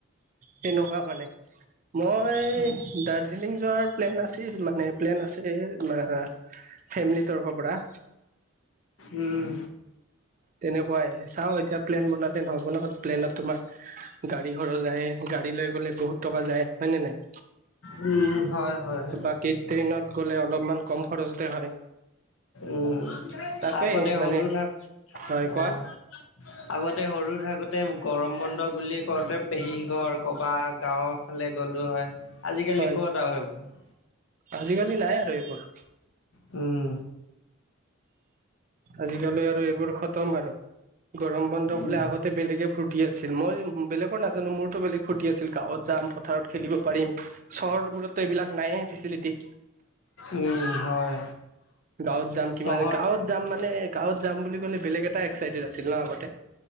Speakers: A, on the right (about 40°); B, on the left (about 75°).
A: তেনেকুৱা মানে, মই
B: উম,
A: দাৰ্জিলিং যোৱাৰ প্লেন আছিল। মানে প্লেন আছিল, ম ফেমিলি তৰফৰ পৰা।
B: উম।
A: তেনেকুৱাই, চাওঁ এতিয়া প্লেন বনালে নহব নহ প্লেনত তোমাৰ গাড়ী খৰচ আহে, গাড়ী লৈ গ'লে বহুত টকা যায় হয় নে নাই?
B: উম, হয়। হয়,
A: বাকী, ট্ৰেইনত গ'লে অলপমান কম খৰচতে হয়।
B: উম,
A: তাকেই
B: আগতে
A: মানে
B: সৰু থাক, অ'
A: হয় কোৱা
B: আগতে সৰু থাকোঁতে গৰম বন্ধ বুলি কওঁতে, পেহীঘৰ, ক'ৰবাত গাঁও ফালে গ'লো হয়, আজিকালি
A: হয়
B: ক'ত আৰু সেইবোৰ।
A: আজিকালি নাই আৰু এইবোৰ।
B: উম।
A: আজিকালি আৰু এইবোৰ খতম আৰু, গৰম বন্ধ কলে
B: উম,
A: আগতে বেলেগে ফুুৰি ফূৰ্তি আছিল, মই বেলেগৰ নাজানো, মোৰতো বেলেগ ফূৰ্তি আছিল, গাঁৱত যাম পথাৰত খেলিব পাৰিম। চহৰবোৰতো এইবিলাক নাই ফেচিলিটি।
B: উম, হয়,
A: গাঁৱত যাম, কিমান
B: চহৰ
A: গাঁৱত যাম মানে গাঁৱত যাম বুলি ক'লে বেলেগ এটা এক্সাইটেড আছিলো আগতে।